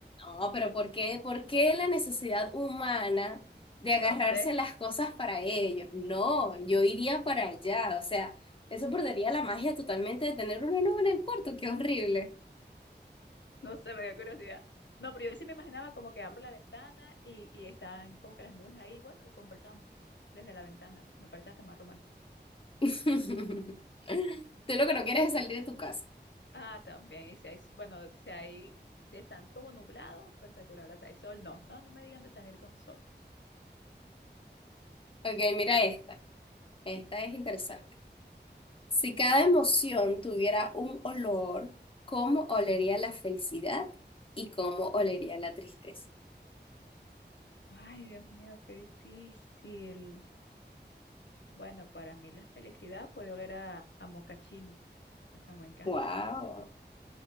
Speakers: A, on the left (about 30°); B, on the left (about 85°).
A: no, pero ¿por qué? ¿Por qué la necesidad humana de agarrarse
B: No sé,
A: las cosas para ellos? No, yo iría para allá, o sea, eso perdería la magia totalmente de tener una nube en el cuarto, qué horrible.
B: no sé, me dio curiosidad. No, pero yo sí me imaginaba como que abro la ventana y, y están como que las nubes ahí, bueno, y conversamos desde la ventana. Me parece hasta más romántico.
A: <laughs> Tú lo que no quieres es salir de tu casa.
B: Ah, también, y si hay, s- bueno, si hay, si están como nublados, espectacular. O sea, hay sol, no, no, no me digan de salir con sol.
A: Ok, mira esta, esta es interesante. Si cada emoción tuviera un olor, ¿cómo olería la felicidad y cómo olería la tristeza?
B: Ay, Dios mío, qué difícil. Bueno, para mí la felicidad puede oler a, a mocachino, que me encanta.
A: Wow.
B: <laughs>